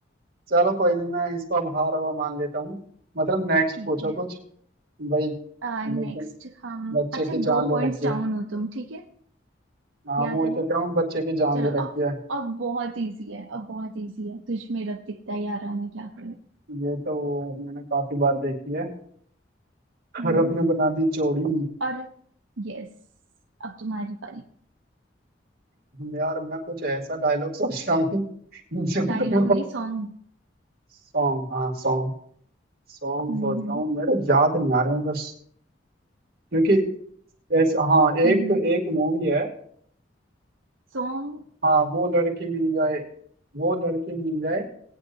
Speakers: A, on the right; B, on the right.
A: चलो कोई नहीं मैं इसको अब हार हुआ मान लेता हूँ मतलब नेक्स्ट
B: ठीक
A: पूछो
B: है
A: कुछ भाई
B: आ, नेक्स्ट
A: लेकिन
B: हम
A: बच्चे
B: अच्छा
A: की जान
B: दो
A: ले
B: पॉइंट्स
A: रखी
B: डाउन
A: है
B: हो तुम ठीक है
A: हाँ
B: याद
A: मैं वही
B: है
A: तो
B: ना
A: कह रहा हूँ बच्चे की जान
B: चलो
A: ले रखी
B: अब
A: है
B: अब बहुत इजी है अब बहुत इजी है तुझ में रब दिखता है यारा मैं क्या करूं
A: ये तो मैंने काफी बार देखी है
B: हम्म,
A: रब ने बना दी जोड़ी
B: और यस अब तुम्हारी बारी
A: यार मैं कुछ ऐसा डायलॉग सोच रहा हूँ जो
B: डायलॉग
A: तुम
B: नहीं सॉन्ग
A: सॉन्ग हाँ सॉन्ग सॉन्ग
B: हम्म
A: सोचता हूँ मेरे याद नहीं आ रहे हूँ बस क्योंकि ऐसा हाँ
B: हम्म
A: एक एक मूवी है
B: सॉन्ग
A: हाँ वो लड़की मिल जाए वो लड़की मिल जाए